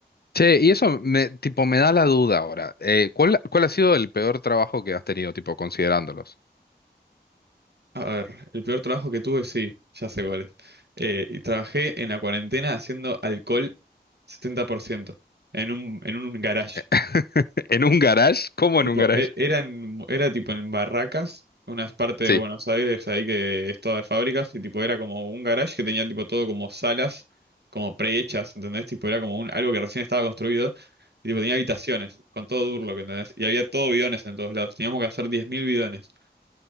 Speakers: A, on the left (about 60°); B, on the right (about 70°).
A: Che, y eso me, tipo, me da la duda ahora. Eh, ¿cuál, cuál ha sido el peor trabajo que has tenido, tipo, considerándolos?
B: A ver, el peor trabajo que tuve, sí, ya sé cuál es. Eh, y trabajé en la cuarentena haciendo alcohol 70% en un, en un garage.
A: <laughs> ¿En un garage? ¿Cómo
B: Tipo,
A: en un garage?
B: e- eran, era tipo en Barracas, unas partes
A: Sí,
B: de Buenos Aires ahí que es toda de fábricas, y tipo era como un garage que tenía tipo todo como salas, como prehechas, ¿entendés? Tipo era como un, algo que recién estaba construido, y tipo tenía habitaciones, con todo Durlock, ¿entendés? Y había todo bidones en todos lados, y teníamos que hacer 10.000 bidones.